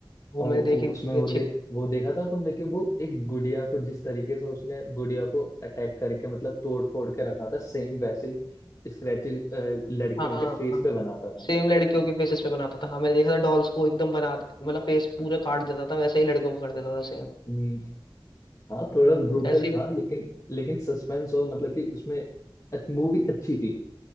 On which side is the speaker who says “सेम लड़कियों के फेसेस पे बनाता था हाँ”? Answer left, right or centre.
Left